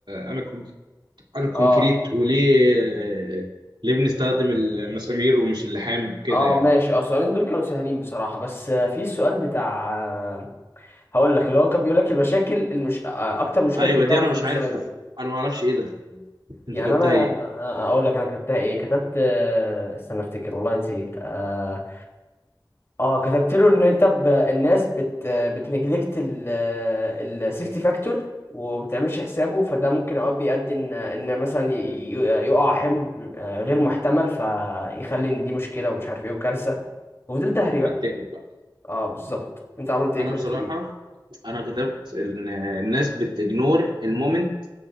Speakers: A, on the right; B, on the left.
A: عن الكونك- عن الكونكريت
B: اه
A: وليه ليه بنستخدم المسامير ومش اللحام كده
B: اه
A: يعني
B: ماشي اه السؤالين دول كانوا سهلين بصراحه بس آه، في السؤال بتاع آه، هقول لك اللي هو كان بيقول لك المشاكل المش... آه، اكتر مشكله
A: ايوه
B: بتتكرر
A: دي انا
B: في
A: مش
B: الديزاين
A: عارف انا ما اعرفش ايه ده انت
B: يعني
A: جاوبتها
B: انا
A: ايه
B: اقول لك انا كتبتها ايه كتبت آه، استنى افتكر والله نسيت اه آه، كتبت له ان انت ب... الناس بت بتنجلكت السيفتي فاكتور وما بتعملش حسابه فده ممكن اوقات بيؤدي ان ان مثلا ي- ي- يقع حمل آه، غير محتمل فيخلي ان دي مشكله ومش عارف ايه وكارثه وفضلت اهري بقى
A: على التهبط بقى
B: اه بالظبط انت عملت ايه
A: انا
B: كتبت
A: بصراحه
B: فيه ايه
A: انا كتبت ان الناس بتجنور المومنت